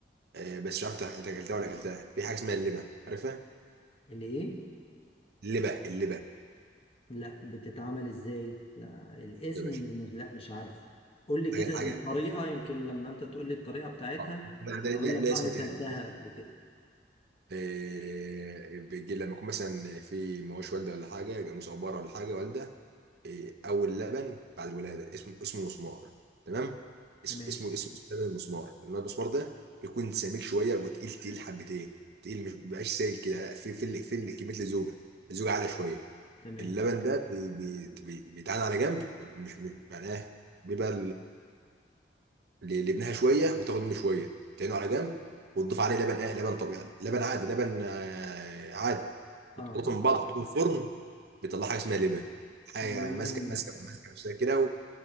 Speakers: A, on the right; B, on the left.
A: آه، بس مش عارف انت أنت اكلتها ولا اكلتها في حاجه اسمها اللبه عارفها
B: اللي ايه
A: اللبه اللبه
B: لا بتتعمل ازاي لا الاسم
A: يا باشا
B: مش لا مش عارف قول لي كده
A: حاجه حاجه
B: الطريقه يمكن لما انت تقول لي الطريقه بتاعتها
A: اه ده ده
B: اقول
A: لا
B: لك
A: لا
B: آه،
A: اسم
B: انا
A: تاني
B: كلتها قبل كده
A: إيه بيجي لما يكون مثلا في مواش والده ولا حاجه جاموس او بره ولا حاجه والده إيه اول لبن بعد الولاده اسمه اسمه مسمار تمام اس-
B: تمام
A: اسمه اسمه اسمه لبن المسمار لان المسمار ده بيكون سميك شويه وتقيل تقيل حبتين تقيل مش مبقاش سائل كده لا، في في ال- في ال- كميه الزوجه الزوجه عاليه شويه
B: تمام
A: اللبن ده بي بي بي- بيتعان على جنب مش مش- معناه بيبقى ل- لابنها شويه وتاخد منه شويه تعينه على جنب وتضيف عليه لبن ايه لبن طبيعي لبن عادي لبن آه، عادي وتخلطهم
B: اه اه
A: من بعض وتحطهم في الفرن بيطلع حاجه اسمها لبن حاجه
B: مم.
A: ماسكه ماسكه ماسكه نفسها كده